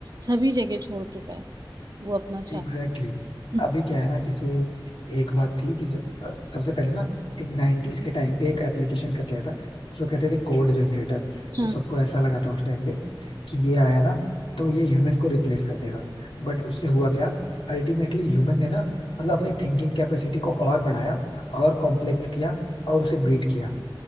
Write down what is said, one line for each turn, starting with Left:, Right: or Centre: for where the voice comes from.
Right: सभी जगह छोड़ चुका है वो अपना छाप
Left: Exactly exactly.
Right: हम्म,
Left: अभी क्या है ना जैसे एक बात थी कि जब अ, सबसे पहले ना एक 90s के टाइम पे एक एप्लीकेशन करके आया था उसको कहते थे कोड जनरेटर
Right: हाँ
Left: तो सबको ऐसा लगा था उस टाइम पे कि ये आया ना तो ये ह्यूमन को रिप्लेस कर देगा बट उससे हुआ क्या अल्टीमेटली ह्यूमन ने ना मतलब अपनी थिंकिंग कैपेसिटी को और बढ़ाया और कॉम्प्लेक्स किया और उसे बीट किया